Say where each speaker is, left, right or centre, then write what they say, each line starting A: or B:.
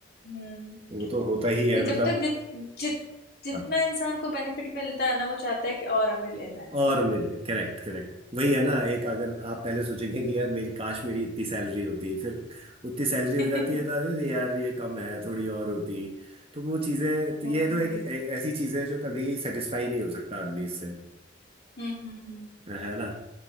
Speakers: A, on the left; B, on the right.
A: हम्म
B: वो तो होता ही है
A: वही जब
B: मतलब
A: तक जित जित जितना
B: हाँ।
A: इंसान को बेनिफिट मिलता है ना वो चाहता है कि और हमें लेना है
B: और मिले करेक्ट करेक्ट वही है ना एक अगर आप पहले सोचेंगे कि यार मेरी काश मेरी इतनी सैलरी होती फिर उतनी सैलरी
A: <laughs>
B: हो जाती है तो अरे यार ये कम है थोड़ी और होती तो वो चीजें तो
A: हम्म
B: ये तो
A: हम्म
B: एक ए- ऐसी चीज है जो कभी सेटिस्फाई नहीं हो सकता आदमी इससे
A: हम्म हम्म हम्म
B: है ना